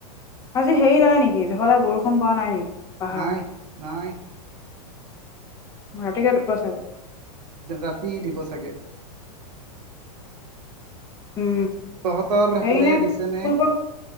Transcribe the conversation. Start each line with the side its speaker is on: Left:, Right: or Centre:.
Left: আজি হেৰি নাই নেকি ধকালে বৰষুণ পৰা নাই নেকি পাহাৰত
Right: নাই নাই
Left: ৰাতিকে দিব চাগে
Right: ৰাতি দিব চাগে
Left: উম
Right: তহঁতৰ সেইফালে
Left: হেৰি এনে
Right: দিছে নে?
Left: <unintelligible>